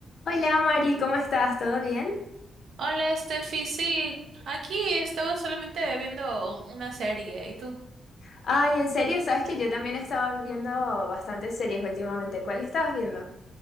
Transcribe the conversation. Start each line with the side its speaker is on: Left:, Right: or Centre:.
Left: Hola Mari, ¿cómo estás? ¿Todo bien?
Right: Hola, Steffi, sí, aquí estaba solamente viendo una serie, ¿y tú?
Left: Ay, en serio, sabes que yo también he estado viendo bastantes series últimamente. ¿Cuál estabas viendo?